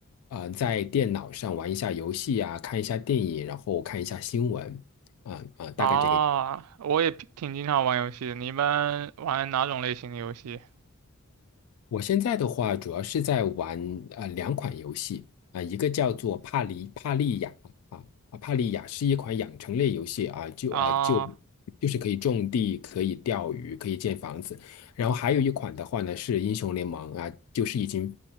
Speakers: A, on the left; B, on the right.
A: 呃，在电脑上玩一下游戏啊，看一下电影，然后看一下新闻，啊、啊、大概这个。
B: 啊，我也挺挺经常玩游戏的。你一般玩哪种类型的游戏？
A: 我现在的话，主要是在玩呃两款游戏啊、一个叫做《帕里帕利亚》啊啊，《帕利亚》是一款养成类游戏啊，就啊就
B: 啊，
A: 就是可以种地、可以钓鱼、可以建房子。然后还有一款的话呢是《英雄联盟》啊，就是已经